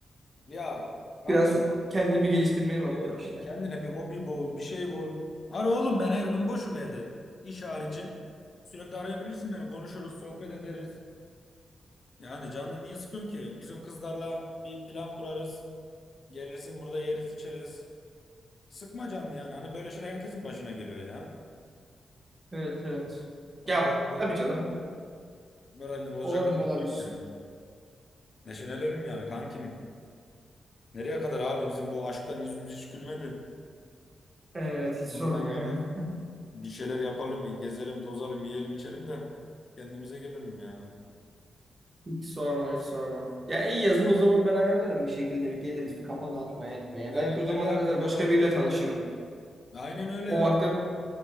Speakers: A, on the left; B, on the right.
A: Ya kanka
B: Biraz kendimi geliştirmeye bakıyorum
A: Evet.
B: işte.
A: Kendine bir hobi bul, bir şey bul. Ara oğlum ben her gün boşum evde. İş harici. Sürekli arayabilirsin beni. Konuşuruz, sohbet ederiz. Yani canını niye sıkıyorsun ki? Bizim kızlarla bir plan kurarız. Gelirsin burada yeriz, içeriz. Sıkma canını yani. Hani böyle şeyler herkesin başına geliyor ya.
B: Evet evet.
A: O
B: Ya
A: kadar da
B: tabii canım.
A: moralini bozacak
B: Olabilir
A: bir durum
B: olabilir.
A: yok yani. Neşelenelim yani kankim. Nereye kadar abi bizim bu aşktan yüzümüz hiç gülmedi.
B: Evet hiç
A: En
B: sorma
A: azından yani
B: ya.
A: bir şeyler yapalım, bir gezelim, tozalım, yiyelim, içelim de kendimize gelelim ya.
B: Hiç sorma hiç sorma. Ya iyi yazın o zaman ben ayarlarım bir şekilde bir geliriz bir kafa dağıtmaya etmeye.
A: Ha,
B: Belki
A: gel
B: o zamana
A: ya
B: kadar
A: kafa
B: başka
A: dağıtalım.
B: biriyle tanışırım.
A: Aynen öyle
B: O
A: ya.
B: vakte